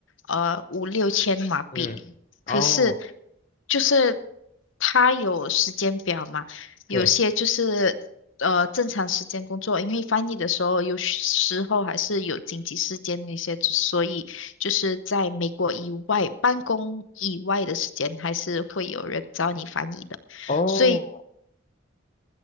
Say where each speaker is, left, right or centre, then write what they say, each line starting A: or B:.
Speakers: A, on the left; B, on the left.
A: 呃五六千马币，
B: 嗯，哦，
A: 可是就是他有时间表嘛，
B: 对，
A: 有些就是呃正常时间工作，因为翻译的时候有时候还是有紧急事件那些，所以就是在美国以外办公以外的时间，还是会有人找你翻译的。
B: 哦，
A: 所以